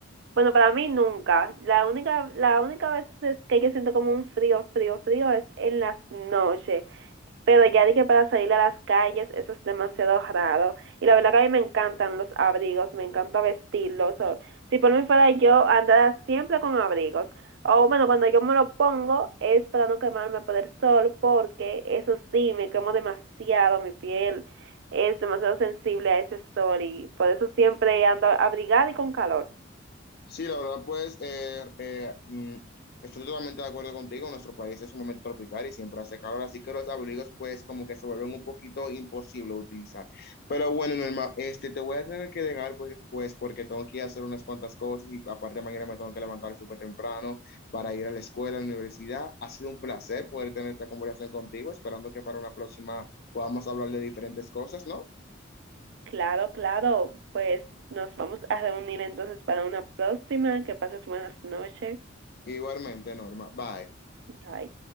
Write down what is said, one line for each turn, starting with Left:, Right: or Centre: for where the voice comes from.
Right: Bueno, para mí nunca. La única, la única vez es que yo siento como un frío, frío, frío es en las noches Pero ya dije para salir a las calles, eso es demasiado raro. Y la verdad que a mí me encantan los abrigos, me encanta vestirlos. o- si por mí fuera yo, andara siempre con abrigos. O bueno, cuando yo me lo pongo es para no quemarme por el sol, porque eso sí, me quemo demasiado mi piel. Es demasiado sensible a ese sol y por eso siempre ando abrigada y con calor.
Left: Sí, la verdad, pues eh, eh, mm, estoy totalmente de acuerdo contigo. Nuestro país es un momento tropical y siempre hace calor, así que los abrigos, pues, como que se vuelven un poquito imposible de utilizar. Pero bueno, Norma, este, te voy a tener que dejar, pues, pues, porque tengo que ir a hacer unas cuantas cosas y aparte mañana me tengo que levantar súper temprano para ir a la escuela, a la universidad. Ha sido un placer poder tener esta conversación contigo, esperando que para una próxima podamos hablar de diferentes cosas, ¿no?
Right: Claro, claro, pues nos vamos a reunir entonces para una próxima. Que pases buenas noches.
Left: Igualmente, Norma. Bye.
Right: Bye.